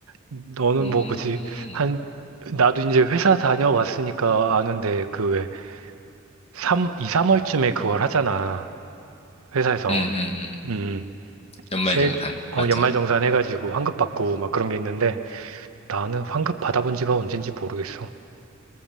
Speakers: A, on the right; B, on the left.
A: 너는
B: 음,
A: 뭐 굳이 한, 나도 이제 회사 다녀왔으니까 아는데 그 왜, 삼 2, 3월쯤에 그걸 하잖아. 회사에서.
B: 음, 음, 음.
A: 음,
B: 연말정산.
A: 세, 어,
B: 맞아.
A: 연말정산 해가지고 환급 받고 막 그런 게 있는데 나는 환급 받아본 지가 언젠지 모르겠어.